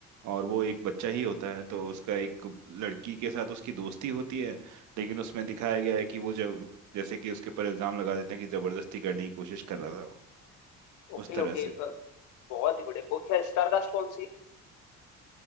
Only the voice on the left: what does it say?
ओके
ओके
अ, बहुत ही बढ़िया को क्या स्टार कास्ट कौन सी